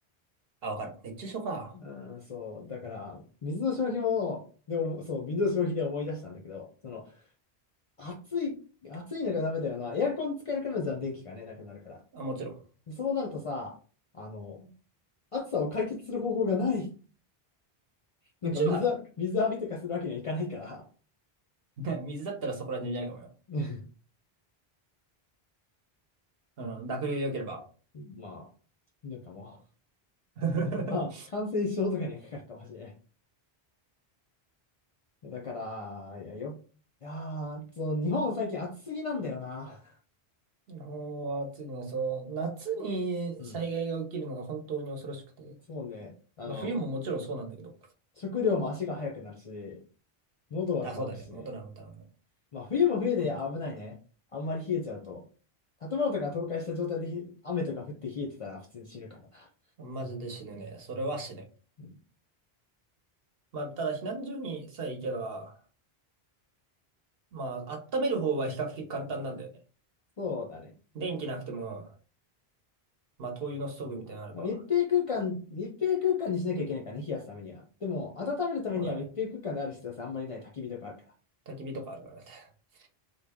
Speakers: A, on the right (about 70°); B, on the left (about 45°).
A: あ、わかる。熱中症か。
B: うん、そう。だから、水の消費も、でも、そう、水の消費で思い出したんだけど、その、暑い、暑いのがダメだよな。エアコン使えなくなるじゃん、電気がね、なくなるから。
A: あ、もちろん。
B: そうなるとさ、あの、暑さを解決する方法がない。なんか水は、
A: うちは、
B: 水浴びとかするわけにはいかないから。
A: ね、水だったらそこら辺じゃないかもよ。
B: <laughs>
A: うん。濁流で良ければ。
B: まあ、なんかもう。
A: <laughs>
B: まあ、感染症とかにかかるかもしれない。だから、いや、よ、いやー、そう、日本最近暑すぎなんだよな。
A: 日本は暑いね。そう、夏に災害が起きるのが本当に恐ろしくて。
B: うん。そうね。あの、
A: まあ、冬ももちろんそうなんだけど。
B: 食料も足が速くなるし、喉は乾くしね。
A: あ、そうだね。元なの、元なのね。
B: まあ、冬も冬で危ないね。
A: わかるわか
B: あんまり冷えちゃうと。建物とか倒壊した状態でひ雨とか降って冷えてたら普通に死ぬからな。
A: るマジで死ぬね。それは死ぬ。
B: うん、
A: まあ、ただ避難所にさえ行けば、まあ、温める方は比較的簡単なんだよね。
B: そうだね。
A: 電気なくても、まあ、灯油のストーブみたいなのあれば、
B: まあ密閉空間、密閉空間にしなきゃいけないからね、冷やすためには。でも、温めるためには密閉空間である必要性あんまりない焚き火とかあるから。
A: そうだね。焚き火とかあるからね。<laughs>